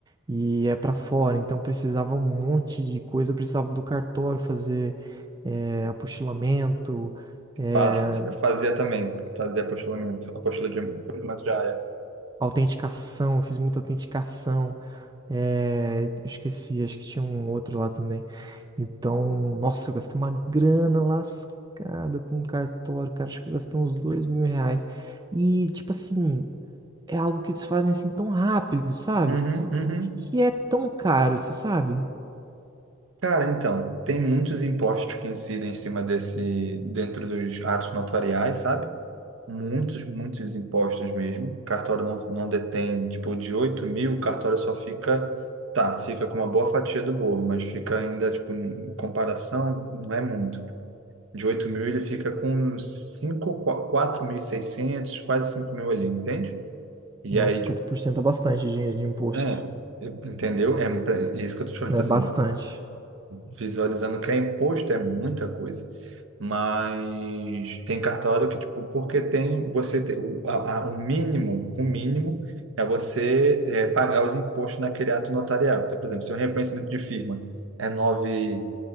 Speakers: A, on the right; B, on the right.
A: e é para fora, então precisava um monte de coisa, eu precisava do cartório fazer eh, apostilamento, eh,
B: Faz- Eu fazia também, fazia apostilamento, apostila de apostilamento de aia.
A: autenticação, eu fiz muita autenticação, eh, eu esqueci, acho que tinha um outro lá também. Então, nossa, eu gastei uma grana lascada com o cartório, cara, acho que eu gastei uns dois mil reais. E, tipo assim, é algo que eles fazem assim tão rápido, sabe?
B: Uhum, uhum.
A: Por que que é tão caro, você sabe?
B: Cara, então, tem muitos impostos que incidem em cima desse, dentro dos atos notariais, sabe? Muitos, muitos impostos mesmo. O cartório não, não detém, tipo, de 8 mil, o cartório só fica, tá, fica com uma boa fatia do bolo, mas fica ainda, tipo, em comparação, não é muito. De 8 mil ele fica com cinco, uns 5, seiscentos, quase 5 mil ali, entende? E
A: Nossa,
B: aí,
A: 50%
B: tipo,
A: é bastante dinheiro de imposto.
B: é, entendeu? É, pra- é isso que eu tô te falando,
A: É
B: tipo assim,
A: bastante.
B: visualizando que é imposto é muita coisa. Mas tem cartório que, tipo, porque tem você te- o, a- a- o mínimo, o mínimo é você eh, pagar os impostos naquele ato notarial. Então, por exemplo, se o reconhecimento de firma é nove